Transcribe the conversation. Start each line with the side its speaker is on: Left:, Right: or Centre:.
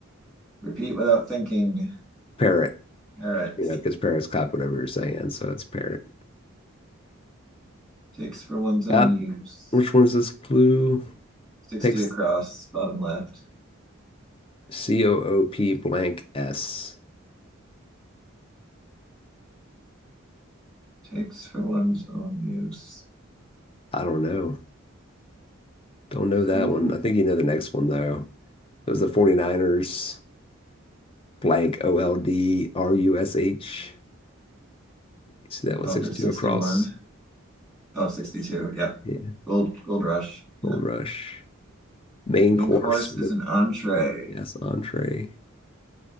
Centre: Repeat without thinking.
Left: Parrot.
Centre: All right.
Left: You know, because parrots cop whatever you're saying. So it's parrot.
Centre: Takes for one's own
Left: Uh,
Centre: use.
Left: which one is this clue?
Centre: 60
Left: Takes
Centre: across, bottom left.
Left: C O O P blank S.
Centre: Takes for one's own use.
Left: I don't know. Don't know
Centre: Coop.
Left: that one. I think you know the next one, though. It was the 49ers blank O L D R U S H. You see that one,
Centre: Oh,
Left: 62
Centre: for 61.
Left: across?
Centre: Oh, 62.
Left: Yes.
Centre: Yep.
Left: Yeah.
Centre: Gold, gold rush. Yep.
Left: Gold Rush. Main
Centre: Main
Left: course.
Centre: course is an entree.
Left: Yes, entree.